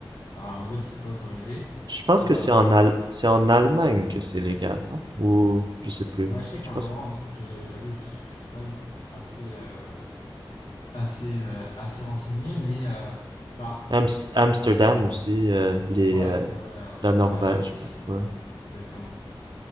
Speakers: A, on the left; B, on the right.
A: les dernières nouvelles c'est pas autorisé.
B: Je pense
A: Euh,
B: que c'est en Al- c'est en Allemagne que c'est légal, non? Ou je sais plus.
A: ouais, je sais qu'il
B: Je
A: y a un
B: pense
A: endroit en- je j'avoue je, je suis pas assez euh, assez euh, assez renseigné mais euh, bah
B: Ams- Amsterdam aussi, euh, les
A: ouais
B: euh,
A: ouais ouais euh,
B: la Norvège,
A: ouais avec les
B: Ouais.
A: exactement